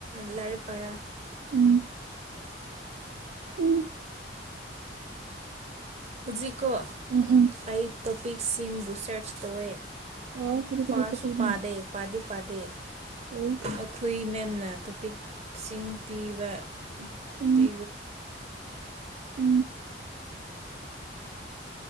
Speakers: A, on the right (about 40°); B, on the right (about 75°).
A: ꯂꯥꯏꯔꯤꯛ ꯄꯥꯔ
B: ꯎꯝ ꯎꯝ
A: ꯍꯧꯖꯤꯛꯀꯣ
B: ꯎꯝ ꯎꯝ
A: ꯑꯩ ꯇꯣꯄꯤꯛꯁꯤꯡꯕꯨ ꯁꯔꯆ ꯇꯧꯋꯦ
B: ꯑꯣ ꯀꯔꯤ
A: ꯄꯥꯔꯁꯨ
B: ꯀꯔꯤ ꯇꯧꯄꯤꯅꯣ
A: ꯄꯥꯗꯦ ꯄꯥꯗꯤ ꯄꯥꯗꯦ
B: ꯎꯝ
A: ꯑꯩꯈꯣꯏ ꯃꯦꯝꯅ ꯇꯣꯄꯤꯛꯁꯤꯡ ꯄꯤꯕ
B: ꯎꯝ
A: ꯄꯤ
B: ꯎꯝ